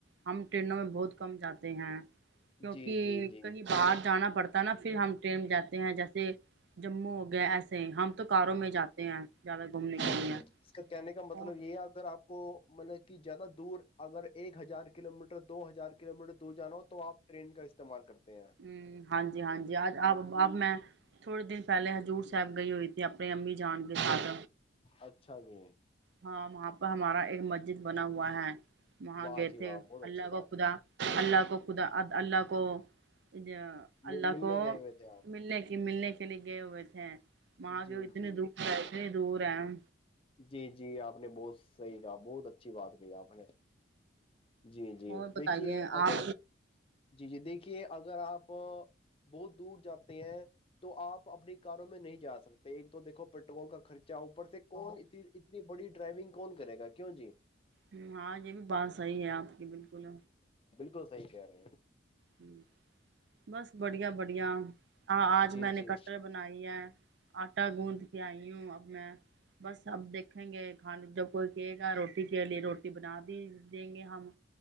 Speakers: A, on the right; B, on the left.
A: ہم ٹرینوں میں بہت کم جاتے ہیں
B: جی
A: کیونکہ
B: جی جی
A: کہیں باہر جان پڑتا ہے نا پھر ہم ٹرین میں جاتے ہیں جیسے جموں ہو گیا ایسے ہم تو کاروں میں جاتے ہیں زیادہ گھومنے
B: جی
A: کے لیے
B: جی ج اس کا کہنے کا مطلب
A: ہوں
B: یہ ہے اگر آپ کو مطلب کہ زیادہ دور اگر ایک ہزار کلو میٹر دو ہزار کلو میٹر دور جانا ہو تو آپ ٹرین کا استعمال کرتے ہیں
A: ہ ہاں جی ہاں جی آ آپ آپ میں تھوڑے دن پہلے ہضور صاب گئے ہوئی تھی اپنی امی جان کے ساتھ
B: اچھا جی
A: ہاں وہاں پہ ہمارا ایک مسجد بنا ہوا ہے وہاں
B: واہ
A: گئے
B: جی
A: تھے
B: واہ بہت
A: اللہ
B: اچھی
A: کا
B: بات
A: خدا اللہ کا کو خدا اللہ کو ا
B: ہے
A: اللہ
B: ملنے
A: کو
B: گئے ہوئے تھے آپ
A: ملنے کی ملنے لھے لگےئے ہوئے ا تھے ماں
B: جی
A: گو اتنے
B: جی
A: دور ہے اتنے جوور ہےم
B: جی جی آپ نے بہت صحیح کہا بہت اچھی بات کہ آپ نے جی جی
A: اور بتائیے
B: دیکھیے اگر
A: آپ
B: جی جی دیکھیے اگر آپ بہت دور جاتے ہیں تو آپ اپنی کاروں میں نہیں جا سکتے ایک تو دیکھو پیٹرول کا خرچہ اوپر سے کون ا اتنی بڑی ڈرائیونگ کون کرے گا کیوں جی
A: ہ ہاں یہ بھی بات صحیح ہے آپ کی بالکل
B: تو صحیح کہہ رہے ہیں
A: ہوں بس بڑھیا بڑھیا آ آج
B: جی
A: میں نے
B: جی
A: کٹر بنائی ہے آٹا گوندھ کے آئی ہوں اب میں بس اب دیکھیں گے کھانے جب کوئی کہے گا روٹی کے لیے روٹی بنا دی دیں گے ہم